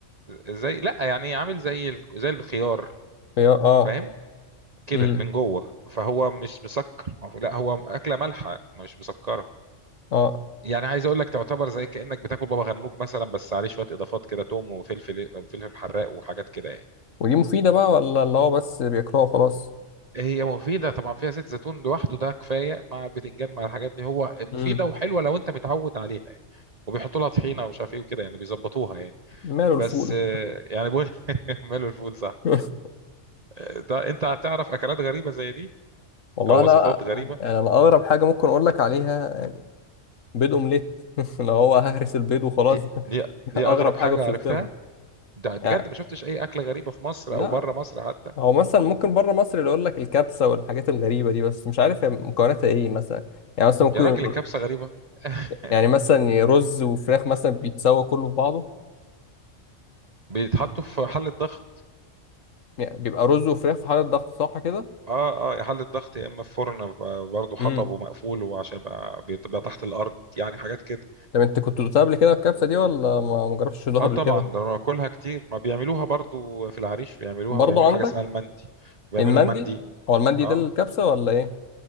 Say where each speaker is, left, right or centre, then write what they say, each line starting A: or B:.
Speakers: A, on the right; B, on the left.
A: زي لا يعني عامل زي ال... زي الخيار
B: هي- اه
A: فاهم كده
B: امم
A: من جوه فهو مش مسكر لا هو اكله مالحه مش مسكره
B: اه
A: يعني عايز اقول لك تعتبر زي كانك بتاكل بابا غنوج مثلا بس عليه شويه اضافات كده توم وفلفل فلفل حراق وحاجات كده يعني
B: ودي مفيده بقى ولا اللي هو بس بياكلوها وخلاص
A: هي مفيده طبعا فيها زيت زيتون لوحده ده كفايه مع البتنجان مع الحاجات دي هو مفيده
B: امم
A: وحلوه لو انت متعود عليها يعني وبيحطوا لها طحينه ومش عارف ايه وكده يعني بيظبطوها يعني
B: ماله الفول
A: بس آه، يعني بقول <laughs> ماله الفول صح
B: <laughs>
A: آه، ده انت هتعرف اكلات غريبه زي دي
B: والله
A: او
B: انا
A: وصفات غريبه
B: يعني انا اغرب حاجه ممكن اقول لك عليها بيض اومليت <laughs> اللي هو ههرس البيض وخلاص
A: دي دي
B: <laughs>
A: دي
B: اغرب
A: اغرب
B: حاجه
A: حاجه
B: وصلت
A: عرفتها
B: لها
A: ده بجد
B: يعني
A: ما شفتش اي اكله غريبه في مصر
B: لا
A: او بره مصر حتى
B: هو مثلا ممكن بره مصر اللي يقول لك الكبسه والحاجات الغريبه دي بس مش عارف هي مكوناتها ايه مثلا يعني مثلا ممكن
A: يا راجل الكبسه غريبه <laughs>
B: يعني مثلا رز وفراخ مثلا بيتسوى كله في بعضه
A: بيتحطّوا في حلّة ضغط
B: يعني بيبقى رز وفراخ في حاله ضغط صح كده
A: آه، آه، يا حلّة ضغط يا إمّا في فرن ب برضه حطب
B: امم
A: ومقفول وعشان يبقى بتبقى تحت الأرض، يعني حاجات كده.
B: طب انت كنت دوقتها قبل كده الكبسه دي ولا ما ما جربتش تدوقها
A: آه
B: قبل
A: طبعًا،
B: كده
A: ده أنا باكلها كتير، ما بيعملوها برضه في العريش، بيعملوها
B: برضه
A: وبيعملوا
B: عندك
A: حاجة اسمها المندي، وبيعملوا
B: المندي
A: المندي
B: هو المندي
A: آه،
B: ده الكبسه ولا ايه